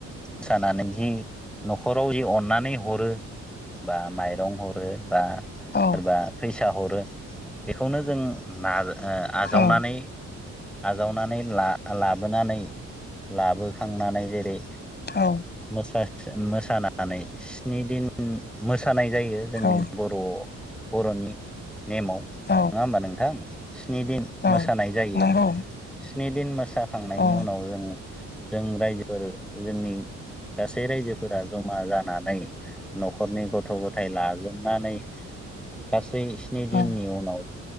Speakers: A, in the centre; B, on the left.
A: मोसानानै जि न'खराव ओइ अननानै हरो बा माइरं हरो बा सोरबा
B: औ
A: फैसा हरो बेखौनो जों नाजा ओ आजावनानै
B: औ
A: आजावनानै ला-लाबोनानै लाबोखांनानै जेरै
B: औ
A: मोसाथोन मोसानानै स्नि दिन सानाय जायो जोंनि
B: औ
A: बर' बर'नि नेमाव
B: औ
A: नङा होमबा नोंथां स्नि दिन मोसानाय
B: औ
A: जायो
B: नंगौ
A: स्नि दिन मोसाखांनायनि
B: औ
A: उनाव जों जों रायजोफोर जोंनि गासै रायजोफोरा जमा जानानै न'ख खरनि गथ' गथाय लाजोबनानै गासै स्नि
B: औ
A: दिननि उन खौ